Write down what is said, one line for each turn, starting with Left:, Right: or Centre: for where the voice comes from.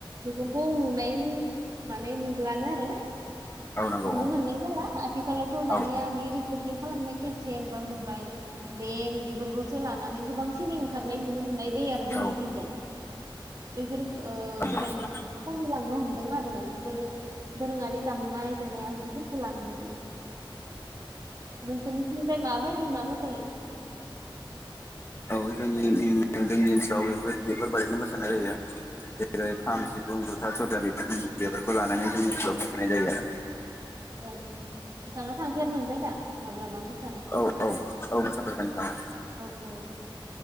Right: बेफोर खौ नुनाय माने नुलानो आरो।
Left: औ नंगौ
Right: नुनो
Left: औ
Right: मोननाय जाला आथ आथिखालावथ'
Left: औ
Right: दानिया बे रेकर्डिं खालामनाय केसेट बा मबाइल देग बेफोरखौसो लानानै गोबांसिन ओंखारनाय नुनो मोननाय जायो आरो जोंनिथिंजाय।
Left: औ
Right: बेफोर ओ
Left: औ
Right: गोबां मान खमिलांनो हमदों आरो बेफोरो दोरोङारि दामनाय देनाय आगगुफोरखौ लानाया। नोंसोरनिथिंजाय माबायदि मा मोसायो?
Left: औ जोंनि जोंनि ओनसोलाव बेफोर बेफोरबाददिनो मोसानाय जायो। जेरै खाम, सिफुं, ज'था, सेरजा बेफोर बेफोरखौ लानानै जोंनि ओनसोलाव मोसानाय जायो आरो।
Right: औ नोंथाङा थांफेर मोनबाय दा माब्लाबा? मोसानो
Left: औ औ औ मोसाफेरबाय। नोंथां
Right: औ। अ।